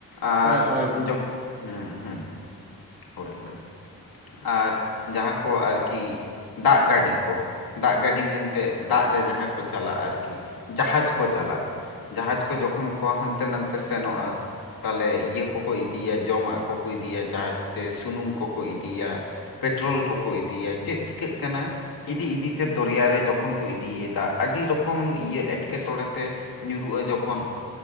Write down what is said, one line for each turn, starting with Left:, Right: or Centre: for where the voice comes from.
Left: ᱟᱨ
Right: ᱦᱳᱭ ᱦᱳᱭ ᱜᱚᱝᱠᱮ
Left: ᱡᱚ
Right: ᱦᱳᱭ ᱜᱚᱢᱠᱮ
Left: ᱦᱩᱸ ᱦᱩᱸ᱾ ᱦᱳᱭ ᱦᱳᱭ ᱟᱨ ᱡᱟᱦᱟ ᱠᱚ ᱟᱨᱠᱤ ᱫᱟᱜ ᱜᱟᱹᱰᱤ ᱠᱚ ᱫᱟᱜ ᱜᱟᱹᱰᱤ ᱢᱮᱱᱛᱮ ᱫᱟᱜ ᱨᱮ ᱡᱟᱦᱟ ᱠᱚ ᱪᱟᱞᱟᱜᱼᱟ ᱟᱨᱠᱤ᱾ ᱡᱟᱦᱟᱡᱽ ᱠᱚ ᱪᱟᱞᱟᱜ, ᱡᱟᱦᱟᱡᱽ ᱠᱚ ᱡᱚᱠᱷᱚᱱ ᱠᱚ ᱦᱟᱱᱛᱮ ᱱᱟᱛᱮ ᱥᱮᱱᱚᱜᱼᱟ᱾ ᱛᱟᱞᱞᱮ ᱤᱭᱟᱹ ᱠᱚᱠᱚ ᱤᱫᱤᱭᱟ ᱡᱚᱢᱟᱜ ᱠᱚᱠᱚ ᱤᱫᱤᱭᱟ ᱡᱟᱦᱟᱡᱽ ᱛᱮ ᱥᱩᱱᱩᱢ ᱠᱚᱠᱚ ᱤᱫᱤᱭᱟ᱾ ᱯᱮᱴᱨᱳᱞ ᱠᱚᱠᱚ ᱤᱫᱤᱭᱟ ᱪᱮᱫ ᱪᱤᱠᱟᱹᱜ ᱠᱟᱱᱟ᱾ ᱤᱫᱤ ᱤᱫᱤᱛᱮ ᱫᱚᱨᱭᱟᱨ ᱨᱮ ᱡᱚᱠᱷᱚᱱ ᱠᱚ ᱤᱫᱤᱭᱮᱫᱟ ᱟᱹᱰᱤ ᱨᱚᱠᱚᱢ ᱤᱭᱟᱹ ᱮᱴᱠᱮᱴᱚᱬᱮ ᱛᱮ ᱧᱩᱨᱩᱜᱼᱟ ᱡᱚᱠᱷᱚᱱ